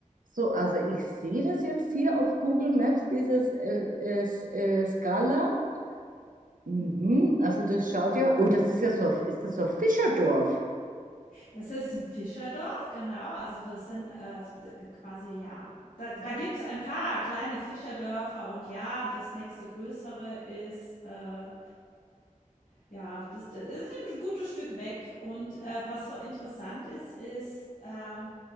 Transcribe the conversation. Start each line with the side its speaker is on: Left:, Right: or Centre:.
Right: So, also ich sehe das jetzt hier auf Google Maps, dieses El, Es- El Scala. Mhm,
Left: Mhm.
Right: also das schaut ja, oh, das ist ja so, ein- ist das so ein Fischerdorf?
Left: Das ist 'n Fischerdorf, genau. Also, das sind, äh, s d g quasi ja, da da gibt's ein paar kleine Fischerdörfer und ja, das nächste größere ist, äh Ja, das, das ist ein gutes Stück weg. Und äh, was so interessant ist, ist, ähm,